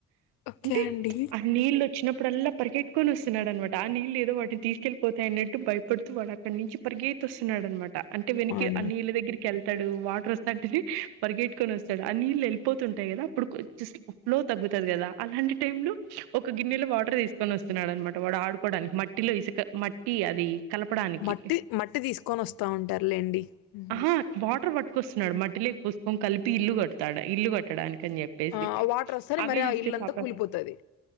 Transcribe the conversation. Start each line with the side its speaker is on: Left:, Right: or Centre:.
Left: ఓకే
Right: అంటే మీచ్
Left: అండి
Right: ఆ నీళ్లు వచ్చినప్పుడు అల్లా పరిగెత్తుకుని వస్తున్నాడన్నమా ఆ నీళ్లు ఏదో వాటిని తీసుకొని పోతాయి అన్నట్టు భయపడుతూ వాడు అక్కడ నుంచి పరిగెత్తి వస్తున్నాడన్నమా అనమాట అంటే వెననికి
Left: అవునండి,
Right: ఆ నీళ్లు దగ్గరికి కెళ్తాడు వాటర్ వస్తా అంటేనే పరిగెట్టుకొని వస్తాడు ఆ నీళ్లు వెళ్ళిపోతుంటాయి కదా అప్పుడు కొద్దిసేపు తగ్గుతాది కదా అలాంటి టైమ్ లో ఒక గిన్నెలో వాటర్ తీసుకొని వస్ స్తున్నాడనమాట వాడు ఆడుకోవడానికి మట్టిలో ఇసుక మట్టి అది కలపడానికి
Left: మట్టి మట్టి తీసుకొని వస్తా అంటారులెండి ఉ
Right: ఆహా వాటర్ పట్టుకొస్తున్నాడు మట్టిలోకి పోసుకొని కలిపి ఇల్లు కడతాడ ఇల్లు కట్టడానికి అని చె చెప్పేసి
Left: ఆ వాటర్ వస్తానే
Right: అవి
Left: మరి ఆ
Right: చూస్తే
Left: ఇల్లంతా
Right: పాపం
Left: కూలిపోతది